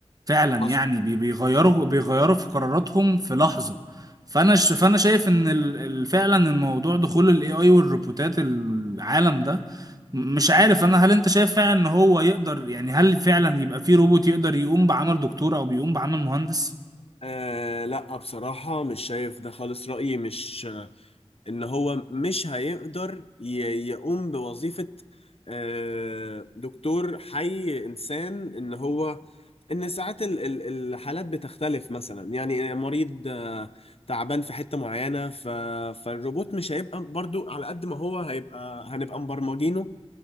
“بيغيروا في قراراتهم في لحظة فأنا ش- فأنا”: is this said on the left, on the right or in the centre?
Right